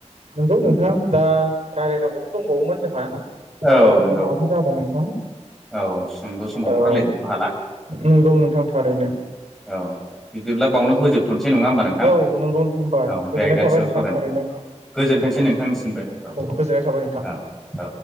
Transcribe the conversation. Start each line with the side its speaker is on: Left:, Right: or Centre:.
Right: नंगौ नोंथां दा रायलायनांगौथ' दंबावोमोन जोंहा नाथाय
Centre: औ
Right: समाबो
Centre: नंगौ
Right: जाबाय नोंथां
Centre: औ सुंद' समावथ'
Right: औ
Centre: रायलायजोबनो हाला
Right: नंगौ नोंथां थारैनो
Centre: औ बिदिब्ला बावनो फोजोबथ'नोसै नङा होमबा नोंथां
Right: औ नंगौ होनबा
Centre: औ
Right: गोजोननाय
Centre: बे आइदानि
Right: थाबाय
Centre: सायाव
Right: नोंथां
Centre: सावरायनाय
Right: थारैनो
Centre: गोजोनथोंसै नोंथांनि सिमबो औ
Right: गोजोननाय थाबाय नोंथां
Centre: औ औ